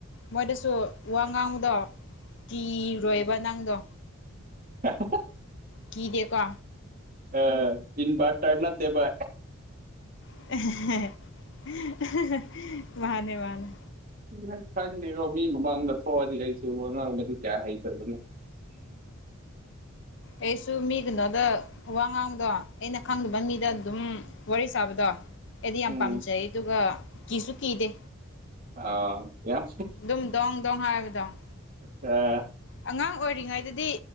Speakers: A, on the left; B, on the right.
A: ꯃꯣꯏꯗꯁꯨ ꯋꯥꯉꯥꯡꯗꯣ ꯀꯤꯔꯣꯏꯕ ꯅꯪꯗꯣ
B: ꯍ
A: ꯀ ꯗꯀꯣ
B: ꯑ ꯏꯟ ꯔ ꯇꯥꯔꯅ ꯇꯦꯕ
A: <unintelligible> ꯃꯥꯅꯦ
B: ꯑ ꯈꯪꯕꯤꯔꯣ ꯃꯤ ꯃꯃꯥꯡꯗ ꯊꯣꯛꯑꯗꯤ ꯑꯩꯁꯨ ꯑꯉꯥꯡꯕꯗꯤ ꯀꯌꯥ ꯍꯩꯇꯕꯅꯣ
A: ꯑꯩꯁꯨ ꯃꯤ ꯀꯩꯅꯣꯗ ꯋꯥ ꯉꯥꯡꯕꯗꯣ ꯑꯩꯅ ꯈꯪꯗꯕ ꯃꯤꯗ ꯑꯗꯨꯝ ꯋꯥꯔꯤ ꯁꯥꯕꯗꯣ ꯑꯩꯗꯤ ꯌꯥꯝ
B: ꯎꯝ
A: ꯄꯥꯝꯖꯩ ꯑꯗꯨꯒ ꯀꯤꯁꯨ ꯀꯤꯗꯦ
B: ꯑꯥ ꯌꯥꯝꯦ
A: ꯑꯗꯨꯝ ꯗꯣꯡ ꯗꯣꯡ ꯍꯥꯏꯕꯗꯣ
B: ꯑ
A: ꯑꯉꯥꯡ ꯑꯣꯏꯔꯤꯉꯩꯗꯗꯤ